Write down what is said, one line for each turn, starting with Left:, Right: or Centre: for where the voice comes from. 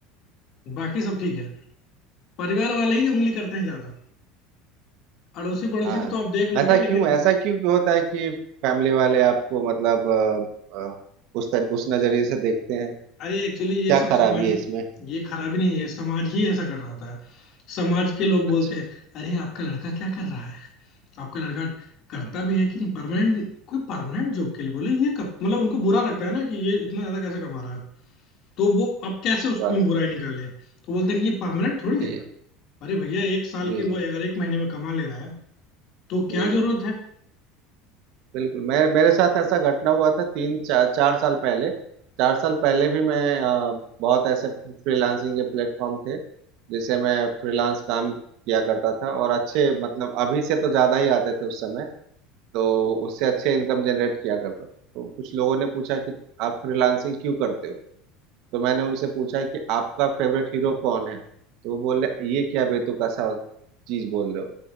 Left: बाकी सब ठीक है परिवार वाले ही उंगली करते हैं ज्यादा अड़ोसी पड़ोसी
Right: हाँ
Left: को तो आप देख लोगे
Right: ऐसा
Left: लेकिन
Right: क्यों ऐसा क्यों क्यों होता है कि फैमिली वाले आपको मतलब अ, अ, उस तर, उस नजरिए से देखते हैं
Left: अरे एक्चुअली ये
Right: क्या
Left: सब
Right: खराबी
Left: सामाजिक
Right: है इसमें
Left: ये खराबी नहीं है समाज ही ऐसा कर रहा होता है समाज के लोग बोलते
Right: अच्छा
Left: हैं
Right: अच्छा
Left: अरे आपका लड़का क्या कर रहा है आपका लड़का करता
Right: हम्म,
Left: भी है कि नहीं परमानेंट कोई परमानेंट जॉब के लिए बोले ये कब मतलब उनको बुरा लगता है ना कि ये इतना ज्यादा कैसे कमा रहा है तो वो अब कैसे
Right: ये
Left: उसमें
Right: बात
Left: बुराई
Right: है
Left: निकाले तो बोलते हैं कि ये परमानेंट थोड़ी
Right: सही
Left: है
Right: है
Left: अरे भैया एक साल
Right: जी
Left: की वो
Right: जी
Left: अगर एक महीने में कमा ले रहा है तो क्या
Right: जी
Left: जरूरत
Right: जी
Left: है
Right: बिल्कुल मैं मेरे साथ ऐसा घटना हुआ था तीन चार चार साल पहले चार साल पहले भी मैं अ, बहुत ऐसे फ्रीलांसिंग के प्लेटफॉर्म थे जिसे मैं फ्रीलांस काम किया करता था और अच्छे मतलब अभी से तो ज़्यादा ही आते थे उस समय तो उससे अच्छे इनकम जनरेट किया करता था तो कुछ लोगों ने पूछा कि आप फ्रीलांसिंग क्यों करते हो तो मैंने उनसे पूछा कि आपका फेवरेट हीरो कौन है तो वो बोले ये क्या बेतुका सा चीज़ बोल रहे हो